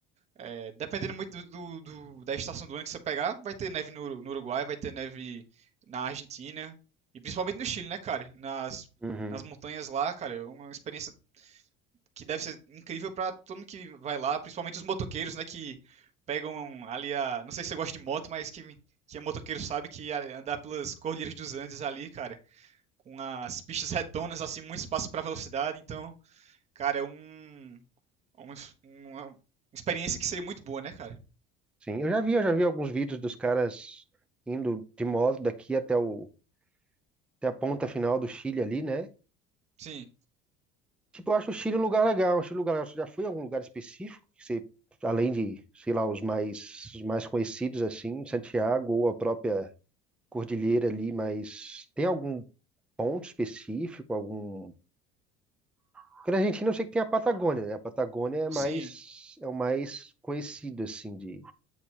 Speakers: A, on the right (about 30°); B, in the centre.
A: É, dependendo muito do, do- do- da estação do ano que você pegar, vai ter neve no, Uru- no Uruguai, vai ter neve na Argentina e principalmente no Chile, né, cara? Nas,
B: Uhum.
A: nas montanhas lá, cara, é uma experiência que deve ser incrível pra todo mundo que vai lá, principalmente os motoqueiros, né, que pegam ali a, não sei se você gosta de moto, mas que que é motoqueiro sabe que a- andar pelas cordilheiras dos Andes ali, cara, com as pistas retonas assim, muito espaço pra velocidade, então, cara, é um, é um- um, é uma experiência que seria muito boa, né, cara?
B: Sim, eu já vi, eu já vi alguns vídeos dos caras indo de moto daqui até o até a ponta final do Chile ali, né?
A: Sim.
B: Tipo, eu acho o Chile um lugar legal, acho um lugar legal. Você já foi em algum lugar específico que você, além de, sei lá, os mais os mais conhecidos assim, Santiago ou a própria cordilheira ali, mas tem algum ponto específico, algum? Porque na Argentina eu sei que tem a Patagônia, né? A Patagônia é mais
A: Sim.
B: é o mais conhecido assim de